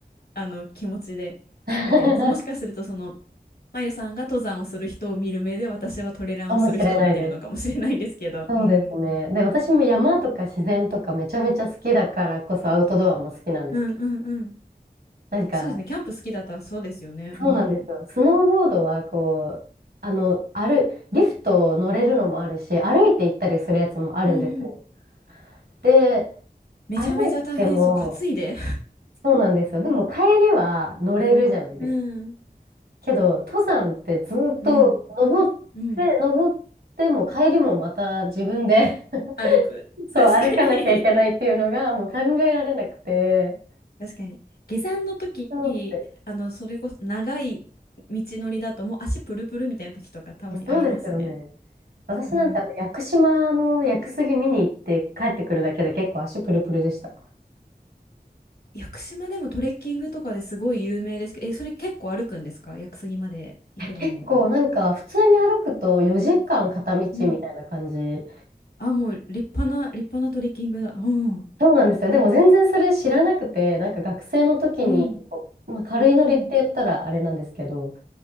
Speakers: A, on the left; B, on the right.
A: あの、気持ちで見てます。
B: <laughs>
A: もしかするとその、まゆさんが登山をする人を見る目で、私はトレランをする人を見てるのかもしれないですけど、
B: かもしれないです。そうですね。
A: うん。
B: で、私も山とか自然とかめちゃめちゃ好きだからこそアウトドアも好きなんですけど、
A: うんうんうん。
B: なんか、
A: そうですね。キャンプ好きだったらそうですよね。
B: そうなんですよ。
A: うん。
B: スノーボードはこう、あの、歩、リフト乗れるのもあるし、歩いて行ったりするやつもあるんですよ。
A: うんうん。
B: で、
A: めちゃめちゃ大変そう。
B: 歩いても、
A: 担いで。
B: そうなんですよ。でも帰りは乗れるじゃないですか。
A: <laughs> うん。
B: けど、登山ってずっと登って、
A: うん。うん。
B: 登っても帰りもまた自分で <laughs>
A: 歩く。
B: そう、
A: 確かに
B: 歩かなきゃいけないっていうのがもう考えられなくて。
A: <laughs> 確かに。下山の時、
B: そうって、
A: あの、それこそ長い道のりだともう足プルプルみたいな時とかたまにありますね。
B: そうですよね。私なんてあの、
A: うん。
B: 屋久島の屋久杉見に行って帰ってくるだけで結構足プルプルでした。
A: 屋久島でもトレッキングとかですごい有名ですけど、え、それ結構歩くんですか屋久杉まで行くのも。
B: え結構なんか普通に歩くと4時間片道みたいな感じ。
A: うん。あ、もう立派な、立派なトレッキングだ。うん。
B: そうなんですよ。でも全然それ知らなくて、なんか学生の時に、
A: うん。
B: まあ、軽いノリって言ったらあれなんですけど、
A: うん。